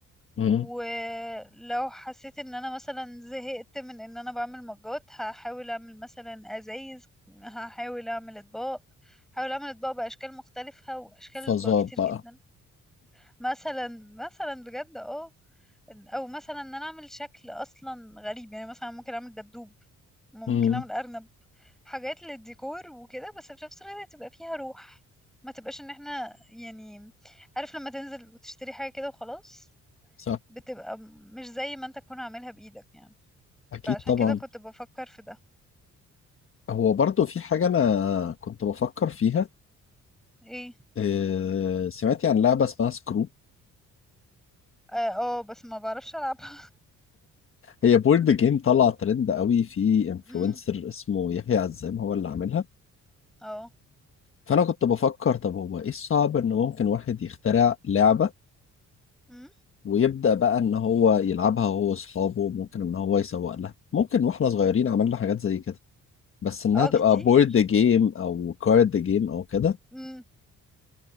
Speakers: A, on the left; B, in the centre.
A: مم.
B: ولو حسيت ان انا مثلا زهقت من ان انا بعمل مجات هحاول اعمل مثلا ازايز هحاول اعمل اطباق هحاول اعمل اطباق باشكال مختلفه واشكال
A: فظاب
B: اطباق كتير
A: بقى
B: جدا مثلا مثلا بجد اه او مثلا ان انا اعمل شكل اصلا غريب يعني مثلا ممكن اعمل دبدوب ممكن
A: مم.
B: اعمل ارنب حاجات للديكور وكده بس في نفس الوقت تبقى فيها روح ما تبقاش ان احنا يعني عارف لما تنزل وتشتري حاجة كده وخلاص
A: صح
B: بتبقى مش زي ما انت تكون عاملها بايدك يعني
A: أكيد
B: فعشان
A: طبعا
B: كده كنت بفكر في ده
A: هو برضه في حاجة أنا كنت بفكر فيها
B: ايه
A: آه، سمعتي عن لعبة اسمها سكرو
B: اه آه، بس ما بعرفش العبها
A: هي بورد جيم طلع ترند قوي في انفلونسر
B: <laughs> امم
A: اسمه يحيى عزام هو اللي عاملها
B: اه
A: فأنا كنت بفكر طب هو إيه الصعب إن ممكن واحد يخترع لعبة
B: امم
A: ويبدأ بقى إن هو يلعبها هو وأصحابه ممكن إن هو يسوق لها ممكن وإحنا صغيرين عملنا حاجات زي كده بس إنها
B: اه
A: تبقى
B: كتير
A: بورد جيم أو كارد جيم أو كده
B: امم